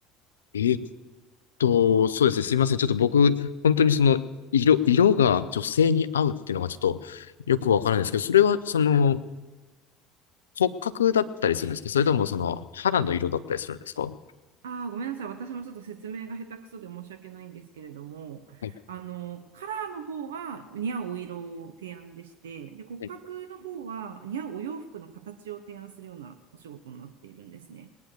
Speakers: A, on the left; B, on the right.
A: えーっと、そうですね。すいません。ちょっと僕、本当にその、色、色が女性に合うっていうのがちょっとよくわからないんですけど、それは、その、骨格だったりするんですけど、それともその、肌の色だったりするんですかは
B: ああ、ごめんなさい。私もちょっと説明が下手くそで申し訳ないんですけれども、
A: い。
B: あの、カラーの方は似合うお色を提案でして、で、骨格の方は似合うお洋服の形を提案するようなお仕事になっているんですね。
A: はい